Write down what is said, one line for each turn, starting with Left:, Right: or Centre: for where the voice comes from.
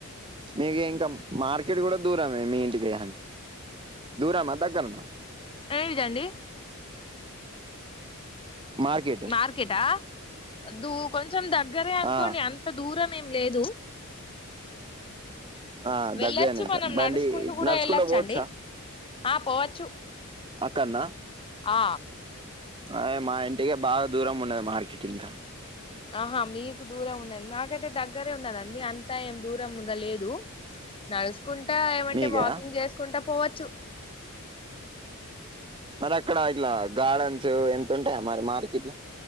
Right: మీకు ఇంకా మార్కెట్ గుడా దూరమే మీ ఇంటికి ఇగ దూరమా దగ్గర్నా
Left: ఎడిది అండీ
Right: మార్కెట్
Left: మార్కెటా దు కొంచెం దగ్గరే అనుకోండి
Right: ఆ
Left: అంత్ అంత దూరం ఏం లేదు
Right: ఆ
Left: వెళ్ళచ్చు
Right: దగ్గరనే
Left: మనం
Right: బండి
Left: నడుసుకుంటూ గుడా
Right: నడుచుకుంటూ
Left: వెళ్ళచ్చు
Right: పోవచ్చా
Left: అండి ఆ పోవచ్చు
Right: అక్కన్న
Left: ఆ
Right: అయ్ మా ఇంటికె బాగా దూరం ఉన్నది మార్కెట్ ఇంకా
Left: ఆహా మీకు దూరం ఉన్నది నాకైతే దగ్గరే ఉన్నది అండీ అంత ఏం దూరంగా లేదు నడుసుకుంటా ఏమంటే
Right: మీకే
Left: వాకింగ్ చేసుకుంటా పోవచ్చు
Right: మరి అక్కడ ఇట్లా గార్డెన్స్ ఎంత ఉంటాయ మరి మార్కెట్ లో